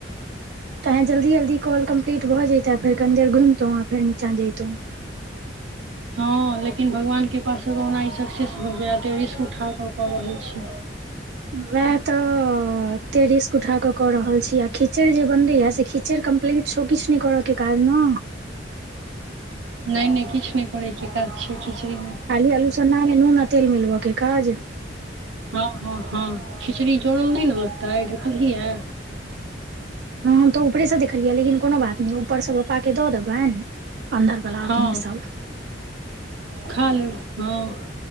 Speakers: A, on the right; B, on the right.
A: कहाहे जल्दी जल्दी कॉल कम्प्लीट भऽ जताै फेर कनी देर घुमितो फेर नीचा जयतौ
B: हँ लेकिन भगवान कृपासँ कहुना ई सक्सेस भऽ जायत रिस्क उठा कऽ कऽ रहल छी
A: वेह तऽ ततेक रिस्क उठा क कऽ रहल छी आ खीचड़ जे बनले या से खीचड़ कम्प्लीट छो किछु नहि कर के काज न
B: नहि नहि किछु नहि करैके काज छै खिचड़ी मे
A: खाली आलू उसनलाहामे नून आ तेल मिल ब के काज
B: हँ हँ हँ खिचड़ी जोड़ल नहि न लगतै देखलिहियै
A: हँ हम तऽ ऊपरेसँ देखलियै लेकिन कोनो बात नहि ऊपरसँ पपाकेँ दऽ देबैन अन्दरवला
B: हँ
A: अपने सब
B: खा लेब हँ